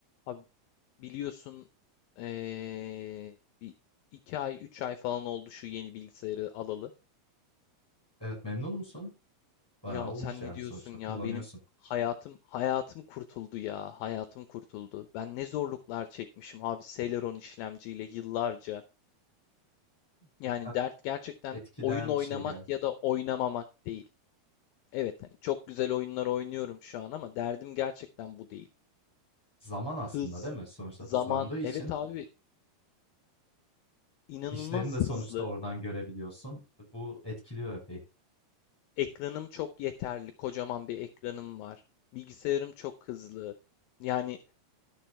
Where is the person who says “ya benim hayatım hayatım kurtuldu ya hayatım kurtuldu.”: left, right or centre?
Left